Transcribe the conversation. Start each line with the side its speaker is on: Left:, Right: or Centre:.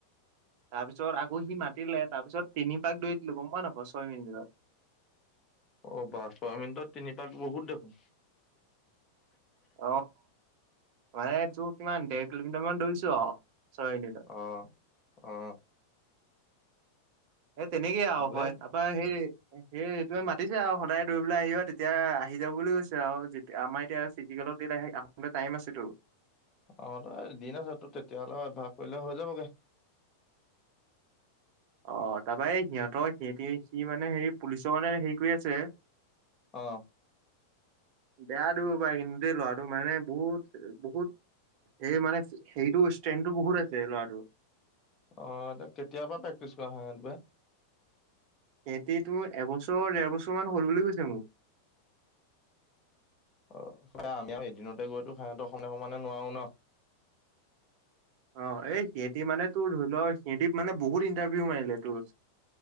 Right: তাৰপিছত আকৌ সি মাতিলে তাৰপিছত তিনি পাক দৌৰি দিলো গম পাৱ নাপাৱ ছয় মিনিটত
Left: অ বা ছয় মিনিটত তিনি পাক বহুত দেখোন।
Right: অ মানে তোৰ কিমান দেৰ কিলোমিটাৰ মান ধৌৰিছো আৰু। ছয় মিনিটত
Left: অহ অহ।
Right: এই তেনেকেই আৰু
Left: ভালে
Right: হয় তাৰপাৰ সেই সেই সেইটোৱে মাতিছে আৰু সদায় দৌৰিবলৈ আহিবা তেতিয়া আহি যাব বুলি কৈছে আৰু যেতিয়া, আমাৰ এতিয়া ফিজিকেলত দিনা আহবলে টাইম আছে তো।
Left: অ তই দিন আছে তোৰ তেতিয়াহলে অভ্যাস কৰিলে হৈ যাবগে।
Right: অ তাৰপৰা এই সিহঁতৰ সিহতি সি মানে সে পুলিচৰ মানে হেৰি কৰি আছে।
Left: অ।
Right: বেয়া দৰিব পাৰে কিন্তু দেই লৰাটো মানে বহুত, বহুত এই মানে সেইটো ষ্ট্ৰেনটো বহুত আছে ল'ৰাটোৰ।
Left: অ এ কেতিয়াবা প্ৰেক্টিচ কৰা হয় সেইটোৱে।
Right: হেতি তো এবছৰ ডেৰ বছৰ মান হল বুলি কৈছে মোক।
Left: অ স আমি আৰু এদিনতে গৈতো সিহত অসমে সমানে নোৱাৰো ন।
Right: অ এই সিয়েতি মানে তোৰ ধৰি ল সিহতি মানে বহুত ইণ্টাৰভিউ মাৰিলে তোৰ।